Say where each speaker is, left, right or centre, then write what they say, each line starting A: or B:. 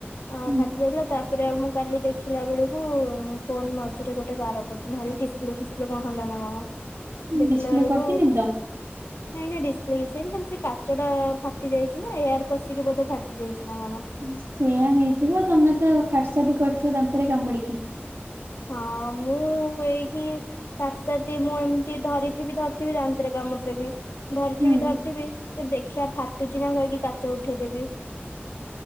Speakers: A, on the left; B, on the right.
A: ଆ
B: ହୁଁ
A: ଫାଟି ଯାଇଥିଲା ତା ତାପରେଉ ମୁଁ କାଲି ଦେଖିଲା ବେଳକୁ ଫୋନ ମଝିରେ ଗୋଟେ ଗାର ପଡିୁଛି ମୁଁହାଲି ଡିସପ୍ଲେ ଫସ୍ କଣ ହେଲା ନା କଣ ଦେଖିଲା
B: ଡିସପ୍ଲେ
A: ବେଳକୁ
B: କରିଥିଲି ତ।
A: ନାଇଁ ନାଇଁ ଡିସ୍ପ୍ଲେ କିଛିନ ଖାଲି ସେ କାଚ ଟା ଫାଟି ଯାଇଛି ନା ଏୟାର ପଶିକି ବୋଧେ ଫାଟି ଯାଇଛି ନା କଣ।
B: ସେୟା ହେଇଥିବ ତମେ ତ କାଠସଦି କରିଛ ଦାନ୍ତରେ କାମୁଡିକି
A: ହଁ ମୁଁ ହୁଏକି କାରସାଦୀ ମୁଁ ଏମିତି ଧରିଥିବି ଧରିଥିବି ଦାନ୍ତରେ କାମୁଡି ଦେବି ଧରିଥିବି
B: ହୁଁ
A: ଧରିଥିବି ତ ଦେଖିବା ଫାଟୁଚି ନା କହିକି କାଚ ଉଠେଇଦେବି।